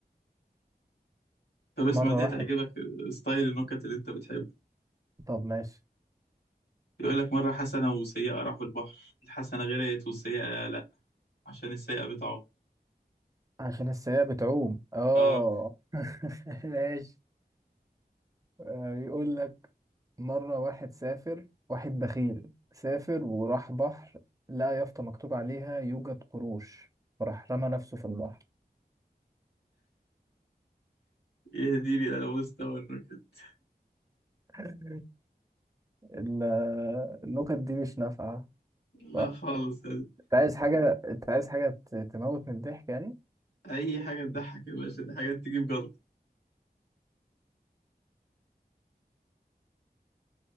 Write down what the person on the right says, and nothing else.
مرة
واحد
طب ماشي
عشان السيئة بتعوم اه
<laughs> ماشي آه، يقول لك مرة واحد سافر واحد بخيل سافر وراح بحر لقى يافطة مكتوب عليها يوجد قروش فراح رمى نفسه في البحر
<laughs> ال- النكت دي مش نافعة
صح؟
انت عايز حاجة انت عايز حاجة ت- تموت من الضحك يعني؟